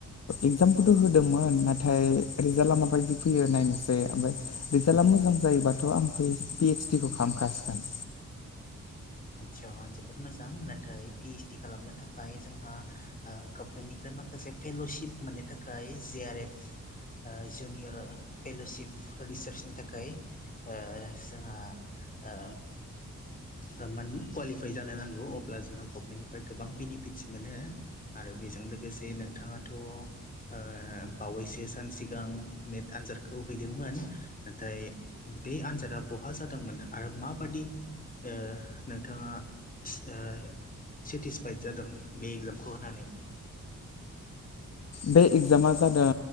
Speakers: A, on the left; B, on the left.
A: एक्जामखौथ' होदोंमोन नाथाय रिजाल्टा माबायदि फैयो नायनोसै ओमफ्राय रिजाल्टआ मोजां जायोबाथ' आं पि पि एडस डि खौ खालामखासिगोन
B: आचसा जोबोद मोजां नाथाय पि इदस डि खालामनो थाखाय जोंहा ओ गभमेन्टनिफ्राय माखासे फेल'शिप मोननो थाखाय जि आर एफ ओ जुनियर फेल'सिप रिसार्चनि थाखाय ओ जोंहा ओ थारमानि कुवालिफाइ जानो नांगौ अब्ला जोंहा गभमेन्टनिफ्राय गोबां बेनिफिटस मोनो आरो बेजों लोगोसे नोंथाङाथ' ओ बावैसो सान सिगां नेट आनजादखौ हैदोंमोन नाथाय बे आन्जादा बहा जादोंमोन आरो माबादि ओ नोंथाङा सिओ सेटिसफाइद जादों बे एगजामखौ होनानै?
A: बे एगजामा जादों